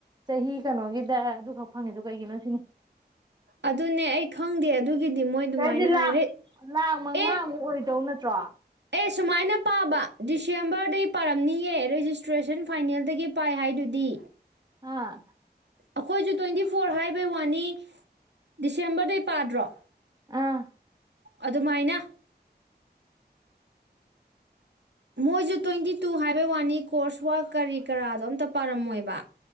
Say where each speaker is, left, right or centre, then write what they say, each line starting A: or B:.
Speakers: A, on the right; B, on the right.
A: ꯆꯍꯤ ꯀꯩꯅꯣꯒꯤꯗ ꯑꯗꯨꯈꯛ ꯐꯪꯉꯤꯗꯨ ꯀꯩꯒꯤꯅꯣ ꯁꯤꯅꯤ
B: ꯑꯗꯨꯅꯦ ꯑꯩ ꯈꯪꯗꯦ ꯑꯗꯨꯒꯤꯗꯤ ꯃꯣꯏ ꯑꯗꯨꯃꯥꯏꯅ
A: ꯁꯤꯗꯤ ꯂꯥꯛ
B: ꯍꯥꯏꯔꯦ
A: ꯂꯥꯛ ꯃꯉꯥꯃꯨꯛ
B: ꯑꯦ
A: ꯑꯣꯏꯗꯧ ꯅꯠꯇ꯭ꯔꯣ
B: ꯑꯦ ꯁꯨꯃꯥꯏꯅ ꯄꯥꯕ ꯗꯤꯁꯦꯝꯕꯔꯗꯩ ꯄꯥꯔꯝꯅꯤꯌꯦ ꯔꯦꯖꯤꯁꯇ꯭ꯔꯦꯁꯟ ꯐꯥꯏꯅꯦꯜꯗꯒꯤ ꯄꯥꯏ ꯍꯥꯏꯗꯨꯗꯤ
A: ꯑꯥ
B: ꯑꯩꯈꯣꯏꯁꯨ ꯇ꯭ꯋꯦꯟꯇꯤ ꯐꯣꯔ ꯍꯥꯏꯕꯩ ꯋꯥꯅꯤ ꯗꯤꯁꯦꯝꯕꯔꯗꯤ ꯄꯥꯗ꯭ꯔꯣ
A: ꯑꯥ
B: ꯑꯗꯨꯃꯥꯏꯅ ꯃꯣꯏꯁꯨ ꯇ꯭ꯋꯦꯟꯇꯤ ꯇꯨ ꯍꯥꯏꯕꯩ ꯋꯥꯅꯤ ꯀꯣꯔꯁ ꯋꯥ ꯀꯔꯤ ꯀꯔꯥꯗꯣ ꯑꯝꯇ ꯄꯥꯔꯝꯃꯣꯏꯕ